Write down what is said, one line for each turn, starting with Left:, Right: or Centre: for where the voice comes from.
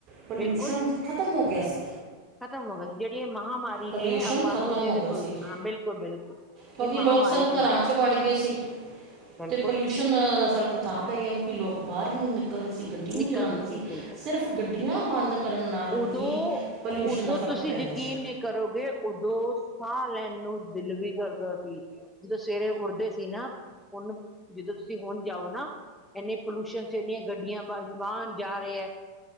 Right: ਪੋਲਿਊਸ਼ਨ
Centre: ਬਿਲਕੁਲ
Right: ਖਤਮ ਹੋ ਗਿਆ ਸੀ
Centre: ਖਤਮ ਹੋ ਗਈ ਸੀ ਜੇੜੀ ਇਹ ਮਹਾਂਮਾਰੀ
Right: ਪੋਲਿਊਸ਼ਨ
Centre: ਨੇ ਆਪਾਂ
Right: ਖਤਮ
Centre: ਨੂੰ ਜੀ
Right: ਹੋ
Centre: ਬਿਲਕੁੱਲ
Right: ਗਿਆ ਸੀ
Centre: ਹਾਂ ਬਿਲਕੁੱਲ ਬਿਲਕੁੱਲ
Right: ਕਿਉਂਕਿ
Centre: ਇਹ ਮਹਾਮਾਰੀ
Right: ਲੋਕ ਸਭ
Centre: ਨੇ
Right: ਘਰਾਂ 'ਚ ਵੜ ਗਏ ਸੀ
Centre: ਹ
Right: ਅਤੇ ਪੋਲਿਊਸ਼ਨ ਦਾ ਫਰਕ ਤਾਂ ਪੈ ਗਿਆ ਕਿਉਕਿ ਲੋਕ ਬਾਹਰ ਹੀ ਨਹੀਂ ਨਿਕਲਦੇ ਨਿਕਲਦੇ ਸੀ ਗੱਡੀ ਨੀ
Centre: ਨਿਕਲਦੀ
Right: ਚਲਾਂਦੇ ਸੀ
Centre: ਬਿਲਕੁਲ
Right: ਸਿਰਫ ਗੱਡੀਆਂ ਬੰਦ ਕਰਨ ਨਾਲ
Centre: ਉਦੋਂ
Right: ਹੀ ਪੋਲਿਊਸ਼ਨ
Centre: ਉਦੋਂ
Right: ਦਾ ਫ਼ਰਕ
Centre: ਤੁਸੀਂ
Right: ਪੈ
Centre: ਯਕੀਨ
Right: ਗਿਆ ਸੀ
Centre: ਨੀ ਕਰੋਗੇ ਉਦੋਂ ਸਾਹ ਲੈਣ ਨੂੰ ਦਿਲ ਵੀ ਕਰਦਾ ਸੀ। ਜਦੋਂ ਸਵੇਰੇ ਉੱਠਦੇ ਸੀ ਨਾ ਉਹਨੂੰ ਜਦੋ ਤੁਸੀਂ ਹੁਣ ਜਾਓ ਨਾ ਇੰਨੇ ਪੋਲਿਊਸ਼ਨ ਚ ਇੰਨੀਆਂ ਗੱਡੀਆਂ ਵਾਹਨ ਜਾ ਰਹੇ ਹੈ